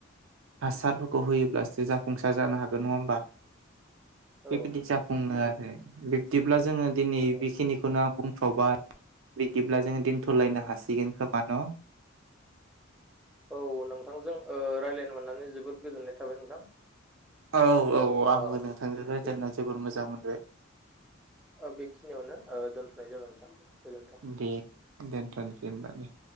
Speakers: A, on the right; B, in the centre.
A: हासारफोरखौ होयोब्लासो जाफुंसार जानो हागोन नङा होम बा
B: औ
A: बेबायदि
B: नोंथां
A: जाफुङो आरो बिब्दिब्ला जोङो दिनै
B: औ
A: बेखिनिखौनो आं बुंथ'बाय बिदिब्ला जोङो दोनथ'लायनो
B: औ
A: हासिगोन खोमा न'?
B: औ नोंथांजों ओ रायलायनो मोननानै जोबोद गोजोननाय थाबाय नोंथां।
A: औ औ
B: ओ
A: आंबो
B: बे
A: नोंथांजों रायज्लायना
B: बे-
A: जोबोर मोजां मोनबाय।
B: ओ बेखिनियावनो ओ दोन्थ'नाय जाबाय नोंथां। गोजोन्थों
A: दे दोनथ'नोसै होमबालाय।